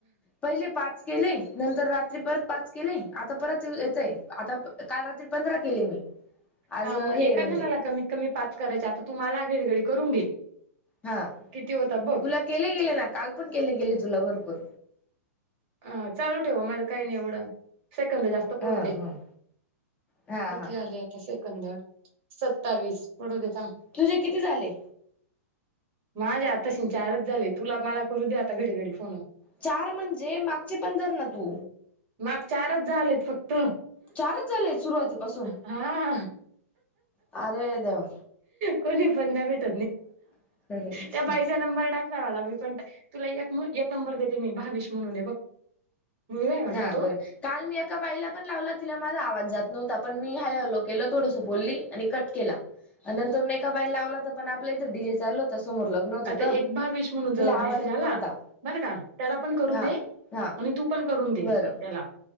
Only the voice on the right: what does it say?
हा
मग एका
जणाला कमीत कमी पाच करायचे आता तूम्हाला आगळी वगडी करून घे
किती होता बघ
हा चालू ठेवा माझं काही नाही एवढं सेकंद जास्त पडू
दे
किती
आले आता सेकंद सत्तावीस पडू देतं
माझे आताशी चारच झाले तुला मला करू दे आता घडी घडी फोन
माग चारच झालेत फक्त
हा
कोणीपण द्यावेत
त्या बाईचा नंबर टाक ना मला मी पण तुला एक नंबर देते ते मी भावीश म्हणून आहे बघ मुलगा आहे वाटतं
तो
आता एक भावेश म्हणून जर
मेसेज
आला
बरं का त्याला पण करू
दे
आणि तू पण करून दे
त्याला